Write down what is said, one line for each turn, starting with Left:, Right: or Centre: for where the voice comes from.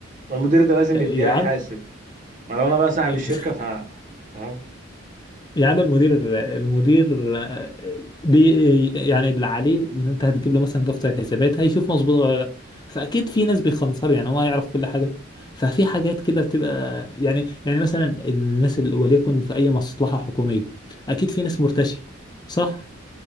Right: ما المدير ده لازم
Left: آه،
Right: يتجا-
Left: يا عم
Right: يحاسب ما لو انا بقى صاحب
Left: <laughs>
Right: الشركة ف فاهم
Left: يا عم المدير المدير آه، بي يعني اللي عليه ان انت هتجيب له مثلا دفتر الحسابات هيشوف مظبوط ولا لا فاكيد في ناس بيخنصروا يعني هو يعرف كل حاجه ففي حاجات كده بتبقى يعني يعني مثلا الناس اللي وليكن في اي مصلحه حكوميه اكيد في ناس مرتشيه صح